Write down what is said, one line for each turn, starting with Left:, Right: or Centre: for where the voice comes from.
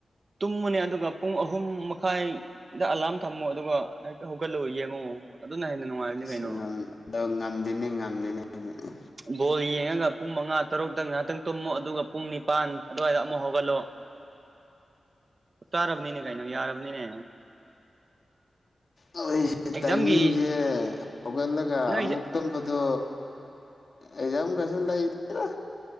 Right: ꯇꯨꯝꯃꯅꯦ ꯑꯗꯨꯒ ꯄꯨꯡ ꯑꯍꯨꯝ ꯃꯈꯥꯏꯗ ꯑꯂꯥꯝ ꯊꯝꯃꯣ ꯑꯗꯨꯒ ꯍꯛꯇ ꯍꯧꯒꯠꯂꯨ ꯌꯦꯡꯉꯣ ꯑꯗꯨꯅ ꯍꯦꯟꯅ ꯅꯨꯡꯉꯥꯏꯕꯅꯤ
Left: ꯑꯩꯁ
Right: ꯀꯩꯅꯣ
Left: ꯉꯝꯗꯦꯅꯦ ꯉꯝꯗꯦꯅꯦ ꯑꯩꯗꯤ
Right: ꯕꯣꯜ ꯌꯦꯡꯉꯒ ꯄꯨꯡ ꯃꯉꯥ ꯇꯔꯨꯛꯇ ꯉꯥꯏꯍꯥꯛꯇꯪ ꯇꯨꯝꯃꯣ ꯑꯗꯨꯒ ꯄꯨꯡ ꯅꯤꯄꯥꯟ ꯑꯗꯨꯋꯥꯏꯗ ꯑꯃꯨꯛ ꯍꯧꯒꯠꯂꯣ ꯆꯞ ꯆꯥꯔꯕꯅꯤꯅꯦ ꯀꯩꯅꯣ ꯌꯥꯔꯕꯅꯤꯅꯦ
Left: ꯑꯗꯨ
Right: ꯑꯦꯛꯖꯥꯝꯒꯤ
Left: ꯇꯥꯏꯃꯤꯡꯁꯦ ꯍꯧꯒꯠꯂꯒ
Right: ꯅꯣꯏꯁꯦ
Left: ꯑꯃꯨꯛ ꯇꯝꯕꯗꯣ ꯑꯦꯖꯝꯒꯁꯤ ꯂꯩꯔ